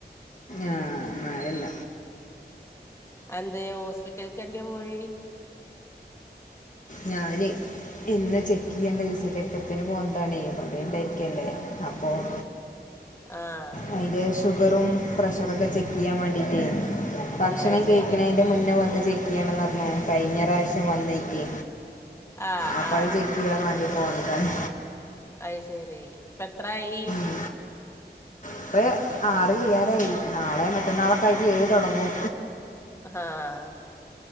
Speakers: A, on the left; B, on the left.
A: ആഹ് മഴ അല്ല.
B: എന്തെ ഹോസ്പിറ്റൽക്ക് എന്തെ പോയി?
A: ഞാന്- ഇന്ന് ചെക്കയ്യേണ്ട ദിവസം ചെക്കപ്പിന് പോവന്താണെ <unintelligible> യിരിക്കല്ലേ അപ്പൊ <inaudible>
B: ആഹ്
A: അതിന്റെ ഷുഗറും പ്രഷറൊക്കെ ചെക്ക് ചെയ്യാൻ വേണ്ടിയിട്ടേ ഭക്ഷണം
B: അത്
A: കഴിക്ക്ണയ്
B: ശെരി
A: ന്റെ മുന്നേ വന്ന് ചെക്ക് ചെയ്യണംന്ന് പറഞ്ഞു കഴിഞ്ഞ പ്രാവശ്യം വന്നേക്ക്
B: ആഹ്
A: അപ്പഴ
B: ആഹ്
A: ചെക്ക് ചെയ്യാൻ വേണ്ടി പോന്നതാണ്
B: അയ് ശെരി ഇപ്പ എത്രായി
A: ഉ ഇപ്പ ആറ് കയ്യാനായി നാളെ മറ്റന്നാളൊക്കായിട്ട് ഏഴു തുടങ്ങും
B: ആഹ്